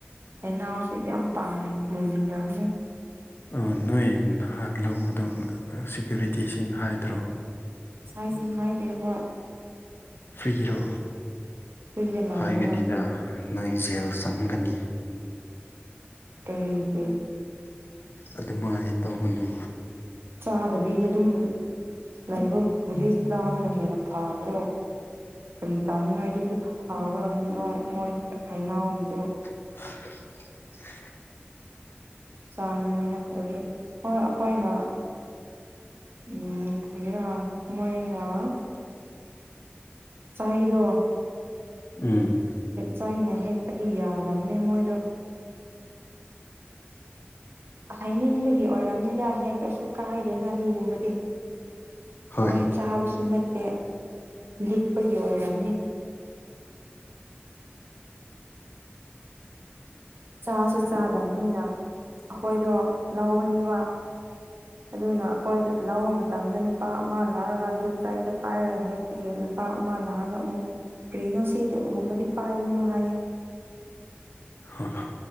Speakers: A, on the right; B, on the left.
A: ꯑꯦꯟꯅ ꯑꯣ ꯁꯤ ꯄ ꯃꯟꯖꯝ
B: ꯑ ꯅꯣꯏ ꯅꯍꯥꯟ ꯂꯧꯕꯗꯣ ꯁꯦꯀ꯭ꯌꯨꯔꯤꯇꯤꯁꯤꯡ ꯍꯥꯏꯗ꯭ꯔꯣ
A: ꯁꯥꯏꯁꯤ ꯍꯥꯏꯥꯏꯗꯦ ꯍꯣꯏ
B: ꯐꯤꯔꯣ
A: ꯐ꯭ꯔꯤꯗ ꯂꯧꯋꯦꯅ
B: ꯍꯥꯏꯒꯅꯤꯗ ꯅꯣꯏ ꯖꯦꯜ ꯆꯪꯒꯅꯤ
A: ꯀꯩꯁꯨ
B: ꯑꯗꯨꯃꯥꯏꯅ ꯇꯧꯒꯅꯨ
A: ꯆꯥꯗꯕꯤꯗ ꯑꯗꯨꯝ ꯂꯥꯏꯕꯛꯕꯨꯗꯤ ꯆꯥꯕꯅ ꯍꯦꯟꯅ ꯐꯥꯕ꯭ꯔꯣ ꯀꯒꯤ ꯇꯥꯎꯅꯤꯡꯉꯥꯏꯗꯨꯗꯤ ꯐꯕ꯭ꯔꯥ ꯃꯣꯏ ꯍꯅꯥꯎꯒꯤꯗꯣ
B: ꯁ
A: ꯆꯥꯅꯤꯡꯉꯥꯏ ꯅꯠꯇ꯭ꯔꯗꯤ ꯍꯣꯏ ꯑꯩꯈꯣꯏꯅ ꯎꯝ ꯀꯔ ꯃꯔ ꯆꯔꯣ
B: ꯎꯝ
A: ꯆꯥꯏꯅ ꯍꯦꯛꯄꯗꯤ ꯌꯥꯗꯕꯅꯦ ꯃꯣꯏꯗꯣ ꯍꯥꯏꯅꯤꯡꯕꯒꯤ ꯑꯣꯏꯔꯕꯝꯅꯤꯅ ꯍꯦꯛꯇꯁꯨ ꯀꯥꯏꯗꯦꯅ ꯑꯗꯨꯒꯨꯝꯕꯗꯤ
B: ꯍꯣꯏ
A: ꯃꯣꯏ ꯆꯥꯕꯁꯨ ꯅꯠꯇꯦ ꯂꯤꯛꯄꯒꯤ ꯑꯣꯏꯔꯝꯅꯤ ꯆꯥꯁꯨ ꯆꯥꯗꯕꯅꯤꯅ ꯑꯩꯈꯣꯏꯗꯣ ꯂꯧꯕꯅꯦꯕ ꯑꯗꯨꯅ ꯑꯩꯈꯣꯏ ꯂꯧꯕ ꯃꯇꯝꯗ ꯅꯨꯄꯥ ꯑꯃ ꯂꯥꯛꯑꯒ ꯗꯣꯠ ꯆꯥꯏꯗ ꯄꯥꯏꯔꯦ ꯍꯦꯛ ꯑꯩꯈꯣꯏꯒꯤ ꯅꯨꯄꯥ ꯑꯃ ꯂꯥꯛꯑꯒ ꯑꯃꯨꯛ ꯀꯔꯤꯅꯣ ꯁꯤꯗꯨꯒꯨꯝꯕꯗꯤ ꯄꯥꯏꯒꯅꯨ ꯍꯥꯏꯌꯦ
B: ꯍ